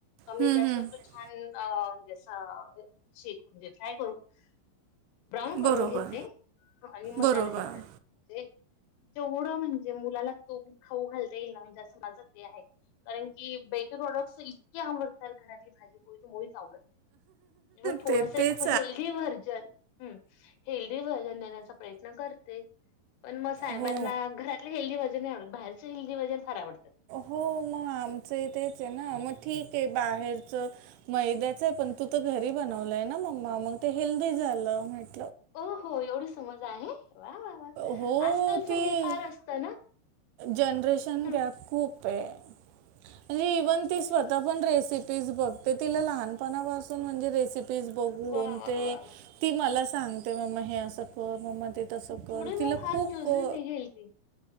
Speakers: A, on the left; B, on the right.
A: का मी
B: हम्म,
A: गॅसवर
B: हम्म.
A: पण छान अ म्हणजे असा शेक म्हणजे फ्राय करू? ब्राऊन करून
B: बरोबर
A: घेते आणि मग
B: बरोबर
A: त्याला हे करते जे जेवढं म्हणजे मुलाला तूप खाऊ घालता येईल ना, म्हणजे असं माझं ते आहे. कारण की बेकरी प्रॉडक्टस इतके आवडतात, घरातली भाजीपोळी तर मुळीच आवडत मग थोडस
B: ते
A: एक
B: ते <unintelligible>
A: हेल्दी व्हर्जन, हम्म हेल्दी व्हर्जन देण्याचा प्रयत्न करते. पण मग साहेबांना
B: हो
A: घरातलं हेल्दी व्हर्जन नाही आवडत बाहेरच हेल्दी व्हर्जन फार आवडतं.
B: हो मग आमचं ही तेच आहे ना, मग ठीक आहे बाहेरच मैद्याच आहे पण तू तर घरी बनवलंय ना मम्मा मग ते हेल्दी झालं, म्हंट
A: हो हो एवढी समज आहे, वा वा वा
B: हो
A: आजकालचं
B: ती
A: हे फार असतं ना
B: जनरेशन
A: हं,
B: गॅप खूप आहे. म्हणजे इव्हन ती स्वतः पण रेसिपीज बघते तिला लहानपणापासून म्हणजे रेसिपी पिज बघून
A: वा वा
B: ते
A: वा वा
B: ती मला सांगते मम्मा हे असं कर मम्मा ते तसं कर
A: पुढे
B: तिला
A: मग फार
B: खूप
A: चुजी
B: अ
A: निघेल ती.